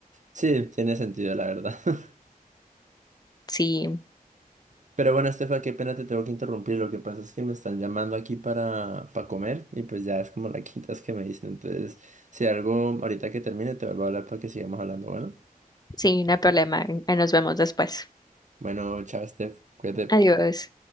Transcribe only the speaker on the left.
Sí,
sí, no hay problema. Ahí nos vemos después.
Adiós.